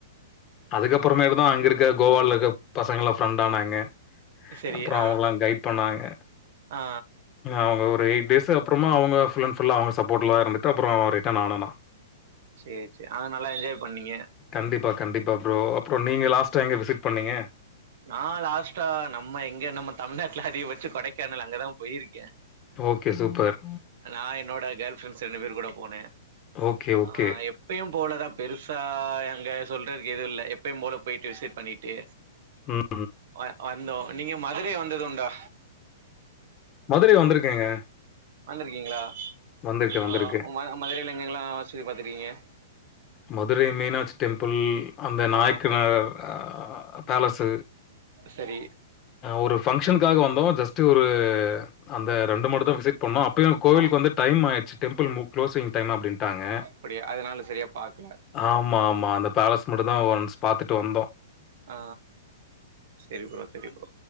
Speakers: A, on the left; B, on the right.
A: அதுக்கப்றமே தா அங்கருக்க கோவால இருக்க பசங்கலா ஃப்ரெண்ட் ஆனாங்க
B: சரி
A: அப்றோ
B: ஆ
A: அவங்கல்லா கைட் பண்ணாங்க
B: ஆ
A: அவங்க ஒரு எயிட் டேஸ் அப்றமா அவுங்க ஃபுல் அண்ட் ஃபுல்லா அவங்க சப்போட்ல தா இருந்துட்டு அப்றோ ரிட்டன் ஆனே நா
B: சேர் சேரி அங்க நல்லா என்ஜாய் பண்ணீங்க
A: கண்டிப்பா கண்டிப்பா ப்ரோ அப்றோ நீங்க லாஸ்டா எங்க விசிட் பண்ணீங்க
B: நா லாஸ்டா நம்ம எங்க நம்ம தமிழ்நாட்டுல அதிகபச்சோ கொடைக்கானல் அங்கதா போய்ருக்கே
A: ஓகே சூப்பர்
B: நா என்னோட கேர்ள் ஃப்ரெண்ட்ஸ் ரெண்டு பேரு கூட போனே
A: ஓகே, ஓகே.
B: ஆ எப் பயும் போலதா பெருசா அங்க சொல்றதுக்கு எதுவு இல்ல எப்பயு போல போய்ட்டு விசிட் பண்ணிட்டு
A: ம்.
B: வ வந்தோம் நீங்க மதுரை வந்ததுண்டா
A: மதுரை வந்திருக்கேங்க
B: வந்திருக்கீங்களா
A: வந்திருக்கேன், வந்திருக்கேன்.
B: ஆ ம மதுரைல எங்க எங்கல்லா சுத்தி பாத்துருக்கீங்க
A: மதுரை மீனாட்சி டெம்பிள் அந்த
B: ஆ
A: நாயக்கனார் அ பேலஸு
B: செரி
A: ஒரு ஃபங்க்ஷனுக்காக வந்தோ ஜஸ்ட்டு ஒரு அந்த ரெண்டு மட்டு தா விசிட் பண்ணோ அப்பயு கோவிலுக்கு
B: ஆ
A: வந்து டைம் ஆயிச்சு டெம்பிள் மு க்ளோஸிங் டைம் அப்டின்ட்டாங்க
B: அப்டியா அதனால செரியா பாக்கல
A: ஆமா ஆமா அந்த பேலஸ் மட்டு தா ஒஸ் பாத்துட்டு வந்தோ
B: ஆ செரி ப்ரோ செரி ப்ரோ